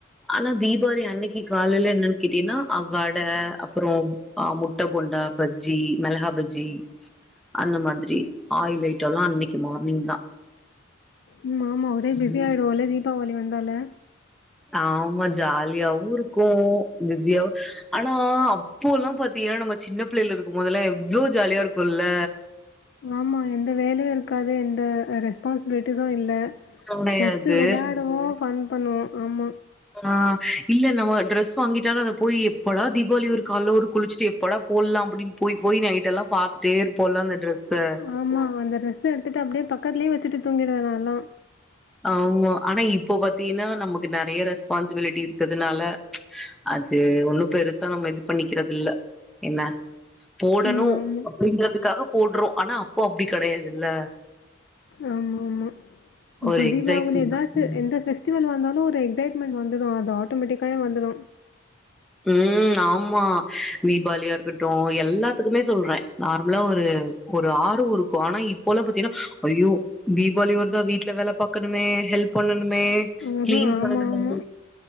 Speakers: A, in the centre; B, on the left.
A: ஆனா தீபாளி அன்னைக்கு காலையில என்னன்னு கேட்டீங்னா அவ்வட அப்புறம் ஆ முட்ட போண்டா பஜ்ஜி மெளகா பஜ்ஜி அந்த மாதிரி ஆயில் ஐட்டம்லா அன்னைக்கு மார்னிங் தா
B: ஆமா ஆமா ஒரே பிஸி
A: ம்
B: ஆயிருவோல்ல தீபாவளி வந்தாலே
A: ஆம்மா ஜாலியாவு இருக்கும் பிசியாவு ஆனா அப்போல்லா பாத்தீங்கன்னா நம்ம சின்ன பிள்ளைல இருக்கும் போதல்லா எவ்ளோ ஜாலியா இருக்குல்ல
B: ஆமா எந்த வேலயு இருக்காது எந்த ரெஸ்பான்ஸிபிளிட்டீஸீம் இல்ல
A: கெடையாது
B: ஜஸ்ட் விளையாடுவோ பன் பண்ணுவோ ஆமா
A: ஆ இல்ல நம்ம ட்ரெஸ் வாங்கிட்டாலு அத போய் எப்போடா தீபாவளி வரு கால்ல ஒரு குளிச்சுட்டு எப்பொடா போட்லா அப்டின்னு போய் போய் நைட்டெல்லா பாத்துட்டே இருப்போல்ல அந்த டிரெஸ்ஸ
B: ஆமா அந்த டிரெஸ் எடுத்துட்டு அப்டியே பக்கத்துலேயே வச்சுட்டு தூங்கிடுவே நால்லா
A: ஆமா ஆனா இப்போ பாத்தீங்கன்னா நமக்கு நேறைய ரெஸ்பான்சிபிலிட்டி இருக்குறதுனால அது ஒன்னும் பெருசா நம்ம இது பண்ணிக்கிறது இல்ல என்ன போடணும்
B: ம் ஆமா.
A: அப்படின்றதுக்காக போட்றோ ஆனா அப்போ அப்டி கெடையாதுல்ல
B: ஆமா ஆமா அப்போ
A: ஒரு எக்ஸைட்மென்ட்
B: தீபாவளி எதாச்சு
A: இருக்கும்.
B: எந்த ஃவெஸ்டிவல் வந்தாலு ஒரு எக்ஸைட்மெண்ட் வந்துடு அது ஆட்டோமேட்டிக்காவே வந்துடும்
A: ம் ஆமா தீபாவளியா இருக்கட்டும் எல்லாத்துக்குமே சொல்றே நார்மலா ஒரு ஒரு ஆர்வ இருக்கும் ஆனா இப்பொல்லா பாத்தீங்கன்னா ஐயோ தீபாவளி வருதா வீட்ல வேல பாக்கணுமே ஹெல்ப் பண்ணணுமே
B: ம்ஹ்ம்.
A: கிளீன்
B: ஆமா,
A: பண்ணணுமே
B: ஆமா.